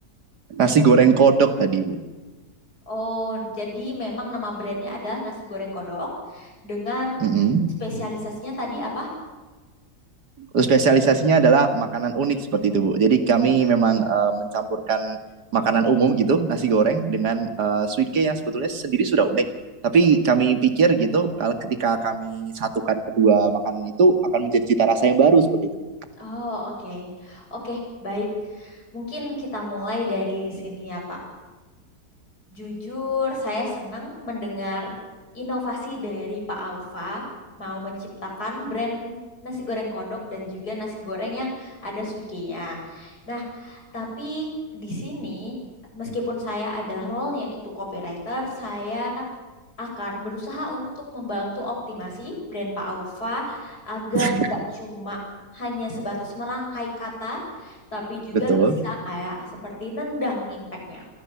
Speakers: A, on the right; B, on the left.
A: nasi goreng kodok tadi bu.
B: Oh, jadi memang nama brandnya adalah nasi goreng kodok dengan
A: Mm-mm.
B: spesialisasinya tadi apa?
A: spesialisasinya adalah makanan unik seperti itu, Bu. Jadi kami
B: Hmm.
A: memang eh, mencampurkan makanan umum gitu, nasi goreng dengan eh, suike yang sebetulnya sendiri sudah unik. Tapi kami pikir gitu, kalau ketika kami satukan kedua makanan itu akan menjadi cita rasa yang baru seperti itu, Bu.
B: Oh, oke. Oke, baik. Mungkin kita mulai dari sini ya, Pak. Jujur, saya senang mendengar inovasi dari Pak Aufa mau menciptakan brand nasi goreng kodok dan juga nasi goreng yang ada suikenya. Nah, tapi di sini meskipun saya adalah role-nya itu copywriter, saya akan berusaha untuk membantu optimasi brand Pak Aufa agar
A: <laughs>
B: nggak cuma hanya sebatas merangkai kata, tapi juga
A: Betul.
B: bisa kayak seperti nendang impactnya.